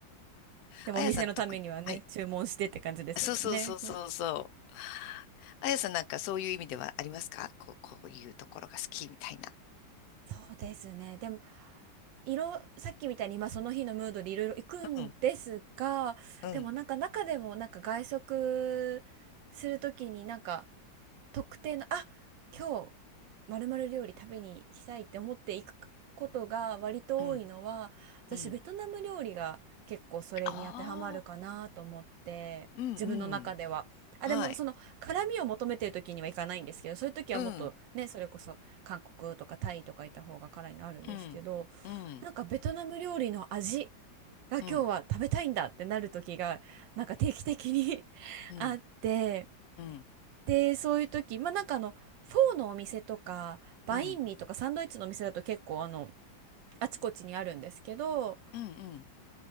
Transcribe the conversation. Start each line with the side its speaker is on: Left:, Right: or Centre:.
Right: でもお店のためにはね、
Left: あやさん特に。はい
Right: 注文してって感じですもんね。
Left: そうそうそうそうそう。あやさんなんかそういう意味ではありますかこう、こういうところが好きみたいな。
Right: そうですね。でも、色、さっきみたいに今その日のムードでいろいろ行くんですが、
Left: うん、うん、
Right: でもなんか中でもなんか外食するときになんか特定の、あ、今日まるまる料理食べに行きたいって思って行くことが割と多いのは、
Left: うん、
Right: 私ベトナム料理が結構それに当てはまるかなと思って、
Left: うん。ああ、うん、
Right: 自分の中では。
Left: うん。
Right: あ、
Left: はい。
Right: でもその辛みを求めてる時にはいかないんですけど、そういう時はもっとね、
Left: うん、
Right: それこそ韓国とかタイとかいた方が辛いのあるんですけど
Left: うん、うん、
Right: なんかベトナム料理の味が今日は食べたいんだってなる時がなんか定期的に
Left: うん、
Right: <laughs>
Left: うん、
Right: あって
Left: うん、
Right: でそういう時まあなんかあのフォーのお店とかバインミーとかサンドイッチのお店だと結構あの
Left: うん、
Right: あちこちにあるんですけど
Left: うん、うん。